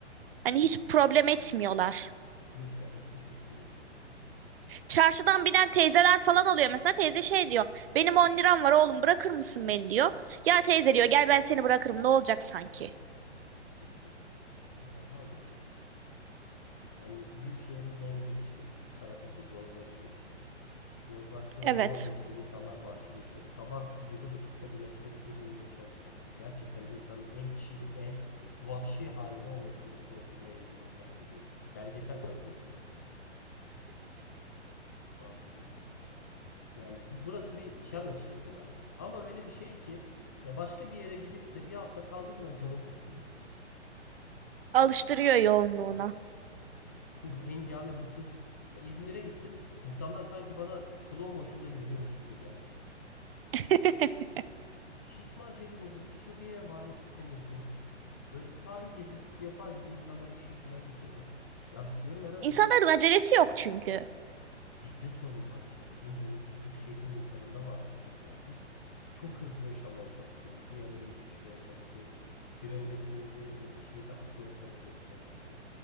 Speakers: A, on the right (about 55°); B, on the left (about 15°).
A: Hani hiç
B: Valla.
A: problem etmiyorlar.
B: Ne güzel eski Türkiye gibi. Ya.
A: Çarşıdan binen teyzeler falan oluyor mesela. Teyze şey diyor. Benim 10 liram var oğlum bırakır mısın beni diyor. Ya teyze diyor gel ben seni bırakırım ne olacak sanki.
B: Çok iyi. Ya bizde kalmadı öyle şeyler ya. Yani büyük şehrin de en büyük işte tarafı bu. Yozlaşıyorsun. Yozlaştığın
A: Evet.
B: zaman da işte insanlar vahşileşiyor. Sabah yedi buçukta bir metrobüse binmeye çalış bakayım. Gerçekten insanın en çiğ, en vahşi haline o metrobüste oturma yeri bulurken görüyorsun. Belgesel tadında. Vallahi. Yani bu, burası bir challenge yeri ya. Ama öyle bir şey ki ya başka bir yere gidip de bir hafta kaldım mı da canım sıkılıyor.
A: Alıştırıyor yoğunluğuna.
B: Bu hengame, bu hız. Ya İzmir'e gittim. İnsanlar sanki bana slow motion'da yürüyormuş gibi geldi.
A: <laughs>
B: Hiç mi aceleniz yok? Hiç mi bir yere varmak istemiyorsunuz? Böyle sahil gezintisi yapar gibi insanlar işe falan gidiyorlar. Ya diyorum herhalde
A: İnsanların acelesi yok çünkü.
B: bizde sorun var işte. Bizim bu ins- bu şehrin insanında var bir sıkıntı ya. Biz çok hızlı yaşamaya çalışıyoruz. Bir yerlere yetişmeye çalışıyoruz. Bir önce evimizi ya da işimizi atmaya çalışıyoruz kendimizi.